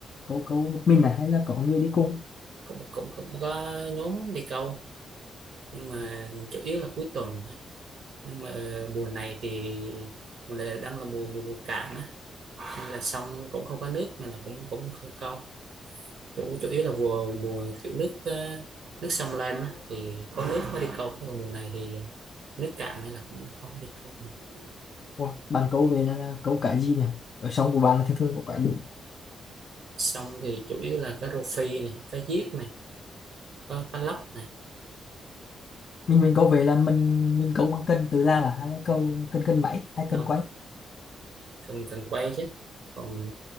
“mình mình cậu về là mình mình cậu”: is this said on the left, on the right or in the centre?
Left